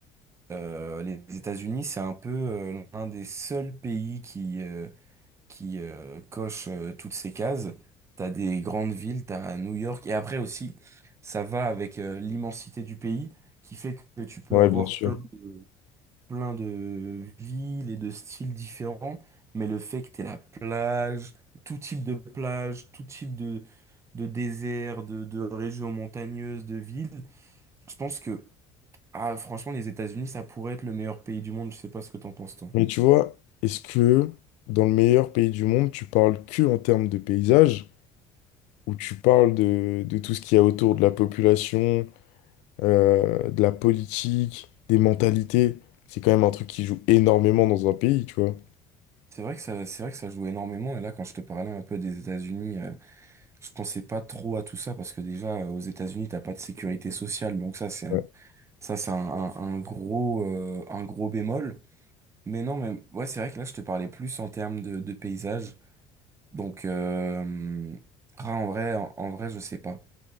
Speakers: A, on the right; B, on the left.
A: euh, les États-Unis, c'est un peu euh, l'un des seuls pays qui, euh, qui euh, coche euh, toutes ces cases. T'as des grandes villes, t'as New York, et après aussi, ça va avec euh, l'immensité du pays, qui fait que tu peux
B: ouais,
A: avoir
B: bien sûr.
A: plein de, plein de villes et de styles différents, mais le fait que t'aies la plage, tout type de plage, tout type de, de désert, de, de régions montagneuses, de villes, je pense que, ah, franchement, les États-Unis, ça pourrait être le meilleur pays du monde, je sais pas ce que t'en penses, toi.
B: Mais tu vois, est-ce que dans le meilleur pays du monde, tu parles que en termes de paysage? où tu parles de, de tout ce qu'il y a autour de la population, euh, de la politique, des mentalités. C'est quand même un truc qui joue énormément dans un pays, tu vois.
A: C'est vrai que ça, c'est vrai que ça joue énormément. Et là, quand je te parlais un peu des États-Unis, euh, je pensais pas trop à tout ça parce que déjà, euh, aux États-Unis, t'as pas de sécurité sociale. Donc ça, c'est un,
B: Ouais.
A: ça, c'est un, un, un gros, euh, un gros bémol. Mais non, mais ouais, c'est vrai que là, je te parlais plus en termes de, de paysage. Donc, euh, ah, en vrai, en, en vrai, je sais pas.